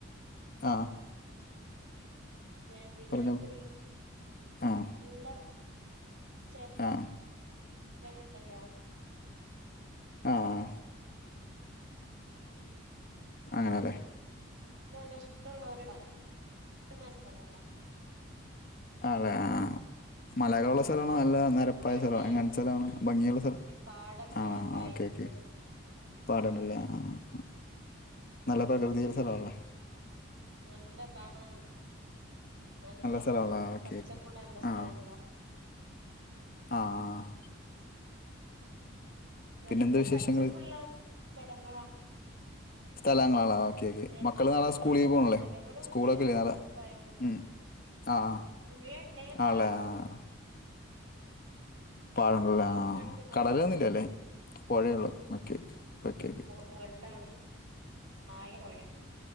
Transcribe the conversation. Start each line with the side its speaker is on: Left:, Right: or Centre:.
Left: ആഹ്
Right: പിന്നെ, പിന്നെ
Left: പറഞ്ഞോളൂ
Right: ഇപ്പൊ ഒരു,
Left: ആഹ്
Right: ഊല ചെ
Left: ആഹ്
Right: ഉണ്ടല്ലോ
Left: ആഹ് ആഹ്
Right: ഇങ്ങനത്തെ
Left: അങ്ങനെല്ലേ
Right: നല്ല ഇഷ്ടമുള്ളഒരു ഒരു മത്സരല്ലേ
Left: ആണലെ, ആഹ് മലകളുള്ള സ്ഥലമാണ് അല്ല നിരപ്പായ
Right: പുഴണ്ട്
Left: സ്ഥലം എങ്ങനെത്തെ സ്ഥലണ് ഭംഗിയുള്ള സ്ഥലം
Right: പാടണ്ട്
Left: ആഹ്
Right: വയലുണ്ട്
Left: ഓക്കെ ഓക്കെ പാടാണ്ടല്ലേ ആഹ് നല്ല പ്രകൃതിള്ള സ്ഥലമാണല്ലേ
Right: നല്ല കാണാൻ നല്ല
Left: സ്ഥലമാണല്ലേ ഓക്കെ
Right: പച്ചപ്പുള്ള
Left: ഓക്കെ
Right: നല്ല സ്ഥലങ്ങളാണ്
Left: ആഹ് ആഹ്
Right: നല്ല
Left: പിന്നെന്താ വിശേഷങ്ങള്
Right: പച്ചപ്പുള്ള സ്ഥലങ്ങളാ
Left: <inaudible> സ്ഥലങ്ങളാണല്ലേ, ഓക്കെ ഓക്കെ
Right: നെരപ്പായത്
Left: മക്കള് നാളെ സ്കൂളീക്ക്‌
Right: മലകൾ
Left: പോണ്ല്ലേ
Right: മലകളും
Left: സ്കൂളൊക്കെല്ലേ
Right: ഉണ്ട്
Left: നാളെ
Right: നെരപ്പായതുണ്ട്
Left: ഉം ആഹ് ആഹ്
Right: പുഴയുണ്ട് പാടവുണ്ട്
Left: ആണ്ലെ ആഹ് പാടങ്ങള്
Right: ഇവിടെ
Left: ല്ലേ
Right: തൊട്ടടുത്ത്
Left: ആഹ്,
Right: പുഴയുണ്ട്
Left: കടകളോന്നുല്ല ല്ലേ പുഴയേള്ളൂ ഓക്കെ ഓക്കെ, ഓക്കേ ഒക്കെ
Right: മുകൾലാണ്, താഴെ പൊഴാ